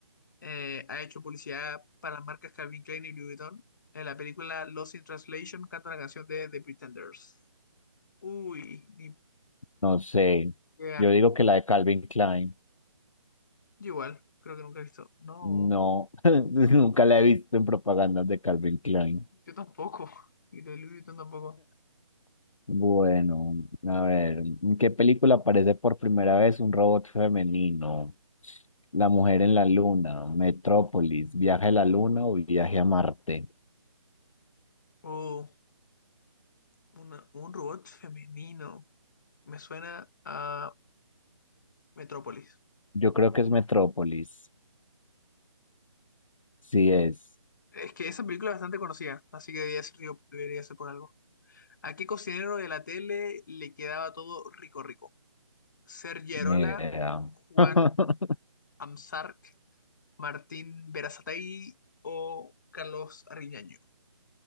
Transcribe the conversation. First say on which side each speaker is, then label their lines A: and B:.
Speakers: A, on the left; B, on the left.
A: Eh, ha hecho publicidad para las marcas Calvin Klein y Louis Vuitton. En la película Lost in Translation canta una canción de The Pretenders. Uy, ni
B: No sé,
A: idea.
B: yo digo que la de Calvin Klein.
A: Yo igual, creo que nunca he visto. No,
B: No, <laughs> nunca la he visto en propagandas de Calvin Klein.
A: yo tampoco. <laughs> Y de Louis Vuitton tampoco.
B: Bueno, a ver, ¿en qué película aparece por primera vez un robot femenino? La mujer en la luna, Metrópolis, viaje a la luna o viaje a Marte.
A: Oh, una- un robot femenino. Me suena a Metrópolis.
B: Yo creo que es Metrópolis. Sí es.
A: Es que esa película es bastante conocida, así que debería ser, digo, debería ser por algo. ¿A qué cocinero de la tele le quedaba todo rico rico? Sergio Arola,
B: Ni idea.
A: Juan
B: <laughs>
A: Amsarc, Martín Berazategui o Carlos Arriñaño.